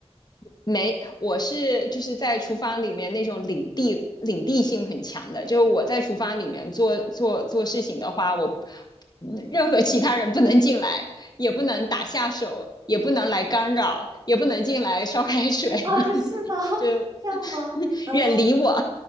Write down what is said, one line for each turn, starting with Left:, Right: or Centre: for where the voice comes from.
Left: 没，我是就是在厨房里面那种领地领地性很强的，就是我在厨房里面做做做事情的话，我嗯任何其他人不能进来，也不能打下手，也不能来干扰，也不能进来烧开水，
Right: 啊，是吗？
Left: <laughs>
Right: <laughs>
Left: 就
Right: 这样吗？
Left: <laughs>
Right: 嗯，
Left: 远离我。